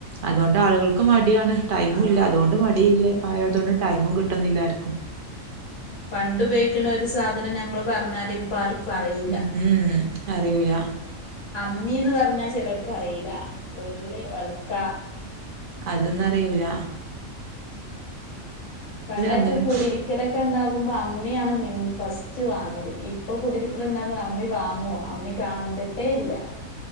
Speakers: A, on the right; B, on the left.
A: അതുകൊണ്ട് ആളുകൾക്ക് മടി യാണ് ടൈംമും
B: ആന്ന്
A: ഇല്ല അതുകൊണ്ട് മടി ആയതുകൊണ്ട്
B: ആഹ്
A: ടൈംമും കിട്ടാനില്ല ആർക്കും
B: പണ്ടുപയ്ക്കണ ഒരു സാധനം നമ്മള് പറഞ്ഞാല് ഇപ്പ ആർക്കും അറിയില്ല
A: ഉ ഉം അറിയൂല
B: അമ്മീന്ന് പറഞ്ഞാ ചെലർക്ക റീല ഉര്ളിഒലക്ക
A: അതൊന്നുറിയുല
B: പണ്ടൊക്കെ
A: അങ്ങനെയൊക്കെ
B: കുടിരിക്കലൊക്ക ണ്ടാകുമ്പോ അമ്മിയാണ് 'ഫസ്റ്റ് റ്റവാങ്ങല് ഇപ്പൊ കുടരിക്കലുണ്ടാകുമ്പള്അമ്മി വാങ്വവാങ്ങാ അമ്മി കണ്ടിട്ടേ ഇല്ല